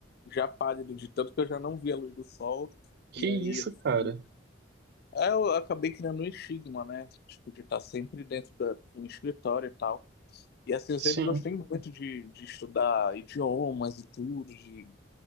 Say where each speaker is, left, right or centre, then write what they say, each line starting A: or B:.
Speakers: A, on the left; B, on the right.
A: já pálido de tanto que eu já não via a luz do sol.
B: Que
A: E
B: isso,
A: aí, assim,
B: cara?
A: aí eu acabei criando um estigma, né? Tipo, de estar sempre dentro da, do escritório e tal. E assim, eu sempre
B: Sim,
A: gostei muito de, de estudar idiomas e tudo, de,